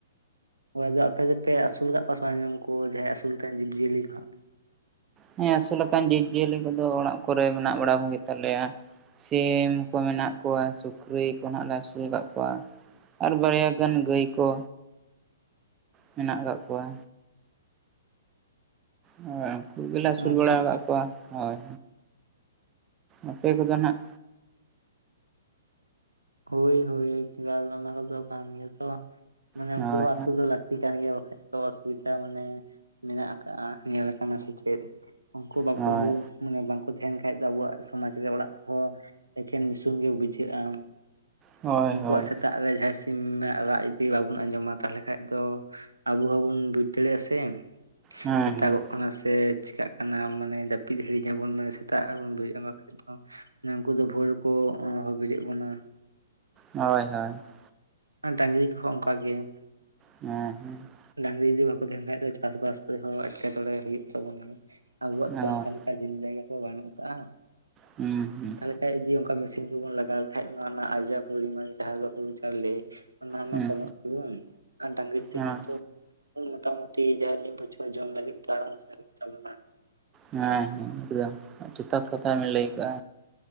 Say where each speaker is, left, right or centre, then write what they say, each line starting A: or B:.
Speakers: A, on the right (about 85°); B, on the right (about 20°).
A: ᱦᱳᱭ ᱟᱫᱚ ᱟᱯᱮ ᱜᱮᱯᱮ ᱟᱹᱥᱩᱞ ᱠᱟᱜ ᱠᱚᱣᱟ ᱥᱮ ᱵᱟᱝ ᱡᱟᱦᱟᱸᱭ ᱟᱹᱥᱩᱞ ᱡᱤᱵᱽᱼᱡᱤᱭᱟᱹᱞᱤ ᱠᱚ ᱦᱟᱸᱜ᱾
B: ᱦᱮᱸ ᱟᱹᱥᱩᱞᱠᱟᱱ ᱡᱤᱵᱽᱡᱤᱭᱟᱹᱞᱤ ᱠᱚᱫᱚ ᱚᱲᱟᱜ ᱠᱚᱨᱮ ᱢᱮᱱᱟᱜ ᱵᱟᱲᱟ ᱠᱚᱜ ᱛᱟᱞᱮᱭᱟ᱾ ᱥᱤᱢ ᱠᱚ ᱢᱮᱱᱟᱜ ᱠᱚᱣᱟ ᱥᱩᱠᱨᱤ ᱠᱚᱦᱟᱸᱜ ᱞᱮ ᱟᱹᱥᱩᱞ ᱟᱠᱟᱫ ᱠᱚᱣᱟ᱾ ᱟᱨ ᱵᱟᱨᱭᱟ ᱜᱟᱱ ᱜᱟᱹᱭ ᱠᱚ᱾ ᱢᱮᱱᱟᱜ ᱟᱠᱟᱫ ᱠᱚᱣᱟ᱾ ᱦᱳᱭ, ᱩᱱᱠᱩ ᱜᱮᱮᱞᱮ ᱟᱹᱥᱩᱞ
A: ᱟᱪᱪᱷᱟ
B: ᱵᱟᱲᱟ ᱟᱠᱟᱫ
A: ᱟᱪᱪᱷᱟ
B: ᱠᱚᱣᱟ, ᱦᱳᱭ᱾ ᱟᱯᱮ ᱠᱚᱜᱮ ᱱᱟᱜ,
A: ᱦᱚᱭ ᱦᱚᱭ ᱮᱠᱟᱞ ᱚᱱᱟ ᱠᱚᱫᱚ ᱠᱟᱝ ᱜᱮᱛᱚ, ᱢᱟᱱᱮ
B: ᱦᱳᱭ
A: ᱩᱱᱠᱩ ᱦᱚᱸ ᱟᱥᱩᱞ ᱫᱚ ᱞᱟᱹᱠᱼᱼ <unintelligible> ᱛᱤ ᱠᱟᱱ ᱜᱮᱭᱟ ᱵᱟᱠᱷᱟᱱ ᱫᱚ ᱛᱟᱞᱟᱥ ᱞᱮᱠᱟ ᱢᱟᱱᱮ ᱢᱮᱱᱟᱜ ᱟᱠᱟᱜᱼᱟ, ᱧᱮᱞ‌ ᱟᱠᱟᱱᱟ ᱥᱮᱪᱮᱫ? ᱩᱱᱠᱩ ᱵᱟᱠᱩᱼᱼ
B: ᱦᱳᱭ
A: ᱢᱟᱱᱮ ᱵᱟᱝᱠᱩ ᱛᱟᱦᱮᱱ ᱠᱷᱟᱡ ᱫᱚ ᱟᱵᱚᱣᱟᱜ ᱥᱚᱢᱟᱡᱽ ᱨᱮ, ᱚᱲᱟᱜ ᱠᱚᱦᱚᱸ ᱮᱠᱷᱮᱱ ᱱᱤᱥᱩᱱ ᱜᱮ ᱵᱩᱡᱷᱟᱹᱜᱼᱟ᱾
B: ᱦᱳᱭ
A: ᱩᱱᱠᱩᱣᱟᱜ
B: ᱦᱳᱭ
A: ᱥᱮᱛᱟᱜ ᱨᱮ ᱡᱟᱦᱟᱸᱭ ᱥᱤᱢ ᱨᱟᱜ ᱡᱩᱫᱤ ᱵᱟᱵᱚᱱ ᱟᱸᱡᱚᱢᱟ ᱛᱟᱦᱞᱮ ᱠᱷᱟᱡ ᱫᱚ ᱼᱼ ᱟᱵᱚ ᱦᱚᱸ ᱵᱟᱵᱚᱱ ᱵᱩᱡ ᱫᱟᱲᱮᱭᱟᱜᱼᱟ ᱥᱮ
B: ᱦᱮᱸ
A: ᱥᱮᱛᱟᱜᱚᱜ
B: ᱦᱮᱸ
A: ᱠᱟᱱᱟ ᱥᱮᱼᱼ ᱪᱮᱠᱟᱹᱜ ᱠᱟᱱᱟ ᱢᱟᱱᱮ ᱡᱟᱹᱯᱤᱫ ᱦᱤᱲᱤᱧᱟᱵᱚᱱ ᱢᱟᱱᱮ ᱥᱮᱛᱟᱜ ᱨᱮᱵᱚᱱ ᱵᱮᱨᱮᱜᱼᱟ, ᱠᱷᱟᱱ ᱫᱚᱼᱼ ᱩᱱᱠᱩ ᱫᱚ ᱵᱷᱳᱨ ᱨᱮᱠᱚ ᱚᱦᱚ ᱵᱮᱨᱮᱫᱽ ᱵᱚᱱᱟ᱾
B: ᱦᱚᱭ, ᱦᱚᱭ ᱾
A: ᱰᱟᱝᱨᱤ ᱠᱚᱦᱚᱸ ᱚᱱᱠᱟᱜᱮ ᱾
B: ᱦᱮᱸ ᱦᱮᱸ ᱾
A: ᱰᱟᱝᱨᱤ ᱡᱩᱫᱤ ᱵᱟᱠᱚ ᱛᱟᱦᱮᱱ ᱠᱷᱟᱡ ᱫᱚ ᱪᱟᱥ ᱵᱟᱥ ᱠᱚᱨᱮ ᱦᱚᱸ ᱮᱴᱠᱮᱴᱚᱲᱮ ᱦᱩᱭᱩᱜ ᱛᱟᱵᱚᱱᱟ, ᱟᱵᱚᱣᱟᱜ
B: ᱦᱮᱸ
A: ᱛᱚ
B: ᱦᱳᱭ
A: ᱚᱱᱠᱟᱼᱼ ᱡᱚᱢᱤ ᱡᱟᱭᱜᱟ ᱠᱚ ᱵᱟᱹᱱᱩᱜ ᱟᱠᱟᱜᱼᱟ᱾
B: ᱦᱩᱸ ᱦᱩᱸ᱾
A: ᱛᱟᱦᱮ ᱠᱷᱟᱱ ᱡᱩᱫᱤ ᱚᱱᱠᱟ ᱢᱮᱥᱤᱱ ᱠᱚᱵᱚᱱ ᱞᱟᱜᱟᱣ ᱞᱮᱠᱷᱟᱡ ᱚᱱᱟ ᱨᱮᱱᱟᱜ ᱟᱡᱟᱨ ᱯᱚᱨᱤᱢᱟᱱ ᱡᱟᱦᱟᱸ ᱫᱚ ᱦᱩᱲᱩ ᱪᱟᱣᱞᱮᱼᱼ ᱚᱱᱟ ᱢᱟ
B: ᱦᱩᱸ
A: ᱠᱚᱢᱚᱜ ᱛᱟᱵᱚᱱ ᱟᱨ ᱰᱟᱝᱨᱤ ᱛᱮ
B: ᱦᱳᱭ
A: ᱠᱷᱟᱡ ᱫᱚᱼᱼ ᱢᱚᱴᱟ ᱢᱩᱴᱤ ᱡᱟᱦᱟᱸ ᱢᱤᱫ ᱵᱚᱪᱷᱚᱨ ᱡᱚᱢ ᱞᱟᱹᱜᱤᱫ ᱛᱚ ᱟᱨ ᱦᱚᱸ ᱥᱟᱨᱮᱪ <unintelligible> ᱵᱚᱱᱟ
B: ᱦᱮᱸ ᱦᱮᱸ ᱮᱠᱫᱚᱢ ᱡᱚᱛᱟᱛ ᱠᱟᱛᱟ ᱵᱮᱱ ᱞᱟᱹᱭ ᱟᱠᱟᱜᱼᱟ᱾